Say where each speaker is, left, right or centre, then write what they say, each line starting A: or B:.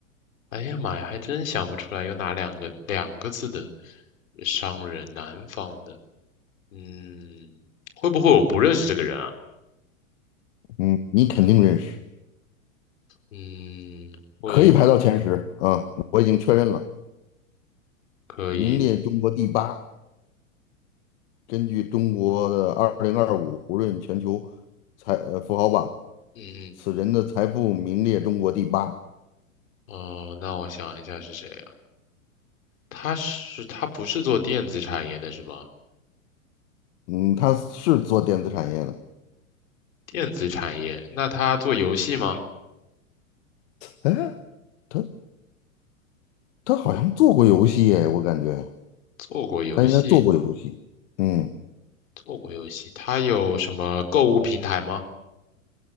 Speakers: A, on the left; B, on the left.
A: 哎呀妈呀，还真想不出来有哪两个两个字的商人，南方的。嗯，会不会我不认识这个人啊？
B: 嗯，你肯定认识，
A: 嗯。会。
B: 可以排到前十啊，我已经确认了，
A: 可以，
B: 名列中国第八。根据中国的二零二五胡润全球财呃富豪榜，
A: 嗯嗯，
B: 此人的财富名列中国第八。
A: 哦，那我想一下是谁啊？他是他不是做电子产业的是吧？
B: 嗯，他是做电子产业的，
A: 电子产业，那他做游戏吗？
B: 哎，他他好像做过游戏哎，我感觉
A: 做过游戏，
B: 他应该做过游戏。嗯，
A: 做过游戏。他有什么购物平台吗？